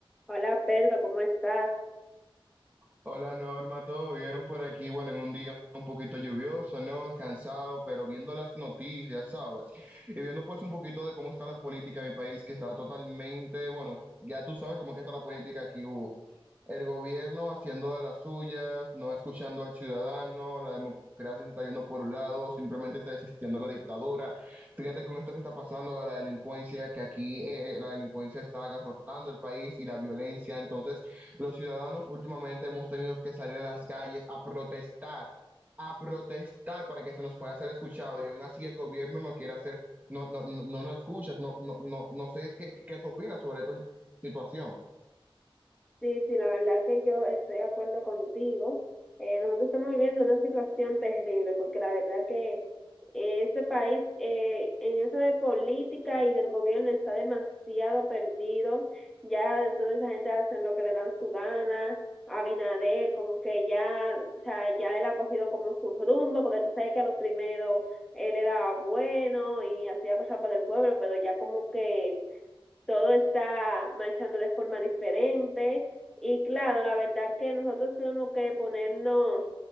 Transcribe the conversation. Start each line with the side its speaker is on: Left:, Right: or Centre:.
Centre: Hola, Pedro, ¿cómo estás?
Right: Hola Norma, ¿todo bien por aquí? Bueno, en un día un poquito lluvioso, ¿no? Cansado, pero viendo las noticias, ¿sabes? Y viendo pues un poquito de cómo está la política en mi país, que está totalmente, bueno, ya tú sabes cómo es que está la política aquí, uf. El gobierno haciendo de las suyas, no escuchando al ciudadano, la democracia se está yendo por un lado, simplemente está existiendo la dictadura. Fíjate con esto que está pasando, la delincuencia, que aquí eh, eh, la delincuencia está agarrotando el país y la violencia, entonces... Los ciudadanos últimamente hemos tenido que salir a las calles a protestar, a protestar para que se nos pueda ser escuchado. Y aún así el gobierno no quiere hacer, no, no, no, no nos escuchas, no, no, no, no sé qué, qué tú opinas sobre esta situación.
Centre: Sí, sí, la verdad que yo estoy de acuerdo contigo. Eh, nosotros estamos viviendo una situación terrible porque la verdad que eh, este país eh, en eso de política y del gobierno está demasiado perdido. Ya toda esa gente hace lo que le dan su gana. Abinader, como que ya, o sea, ya él ha cogido como su rumbo porque tú sabes que a lo primero él era bueno y hacía cosas por el pueblo, pero ya como que todo está marchando de forma diferente y claro, la verdad que nosotros tenemos que ponernos